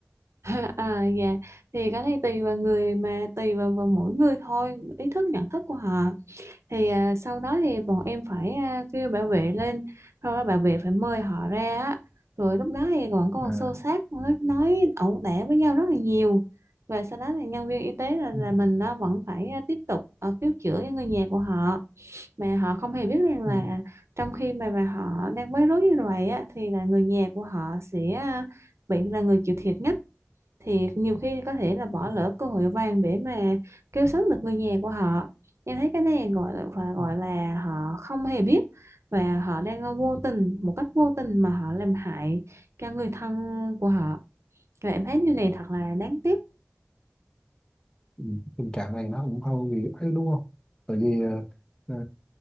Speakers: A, on the right (about 85°); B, on the left (about 20°).
A: <laughs> à dạ thì cái này tùy vào người mà tùy vào, vào mỗi người thôi ý thức nhận thức của họ thì à, sau đó thì bọn em phải à, kêu bảo vệ lên sau đó bảo vệ phải mời họ ra á rồi lúc đó thì vẫn còn
B: à.
A: xô xát nói, nói ẩu đả với nhau rất là nhiều và sau đó thì nhân viên y tế là là
B: ừ,
A: mình nó vẫn phải à, tiếp tục uh, cứu chữa cho người nhà của họ mà họ không hề biết rằng là
B: ừ,
A: trong khi mà mà họ đang bối rối như vậy á thì là người nhà của họ sẽ à, bị là người chịu thiệt nhất thì nhiều khi có thể là bỏ
B: ừ,
A: lỡ cơ hội vàng để mà cứu sống được người nhà của họ em thấy cái này gọi là phải gọi
B: ừ.
A: là họ không hề biết và họ đang vô tình một cách vô tình mà họ làm hại cho người thân của họ và em thấy điều này thật là đáng tiếc
B: ừ. tình trạng này nó cũng không vì ấy đúng không tại vì ờ, ờ,